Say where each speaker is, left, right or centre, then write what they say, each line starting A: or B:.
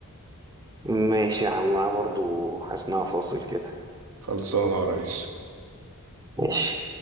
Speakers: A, on the right (about 15°); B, on the right (about 80°).
A: ماشي يا عم أنا برضو حاسس إنها فاصل كده
B: خلصانة يا ريس
A: ماشي